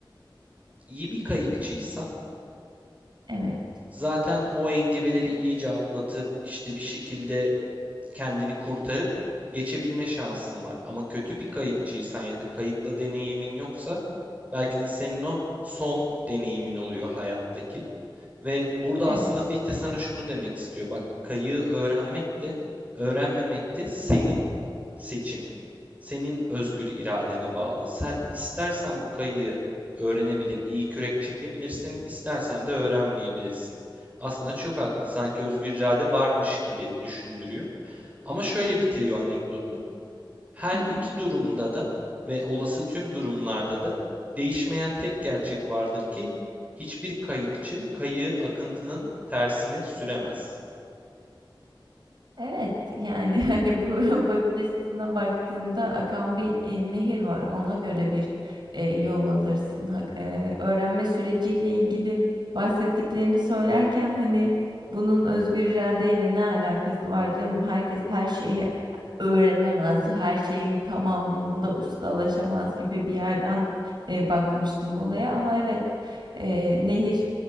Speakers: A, on the right; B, on the right.
A: iyi bir kayıkçıysan
B: Evet.
A: zaten o engebeleri iyice atlatıp işte bir şekilde kendini kurtarıp geçebilme şansın var. Ama kötü bir kayıkçıysan ya da kayıkla deneyimin yoksa belki de senin o son deneyimin oluyor hayattaki. Ve burada
B: Evet.
A: aslında Fichte sana şunu demek istiyor. Bak kayığı öğrenmek de öğrenmemek de senin seçimin. Senin özgür iradene bağlı. Sen istersen bu kayığı öğrenebilir, iyi kürek çekebilirsin, istersen de öğrenmeyebilirsin. Aslında çok haklı. Sanki özgür irade varmış gibi düşündürüyor. Ama şöyle bitiriyor anekdotu. Her
B: Hı hı.
A: iki durumda da ve olası tüm durumlarda da değişmeyen tek gerçek vardır ki hiçbir kayıkçı kayığı akıntının tersine süremez.
B: Evet, yani <laughs> hani bu <laughs> bakış açısına baktığında akan bir e, nehir var. Ona göre bir e, yol alırsın. Ha- e, öğrenme süreciyle ilgili bahsettiklerini söylerken hani bunun özgür iradeyle ne alakası var canım? Herkes her şeyi öğrenemez, her şeyin tamamında ustalaşamaz gibi bir yerden e, bakmıştım olaya. Ama evet, e, nehir.